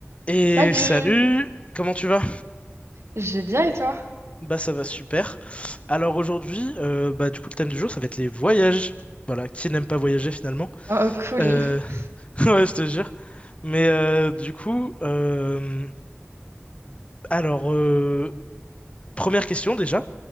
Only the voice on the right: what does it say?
Salut!
J'ai bien et toi?
Oh, cool.
<laughs>